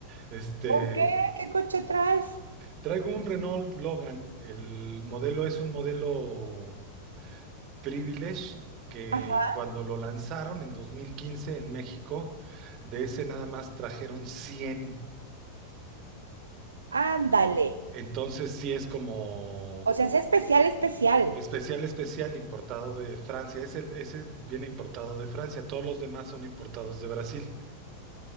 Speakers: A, on the right; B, on the right.
A: Este,
B: ¿Por qué? ¿Qué coche traes?
A: traigo un Renault Logan. El modelo es un modelo Privilege que
B: Ajá,
A: cuando lo lanzaron en 2015 en México, de ese nada más trajeron 100.
B: ándale.
A: Entonces sí es como
B: O sea, es especial, especial.
A: especial, especial, importado de Francia. Ese, ese viene importado de Francia. Todos los demás son importados de Brasil.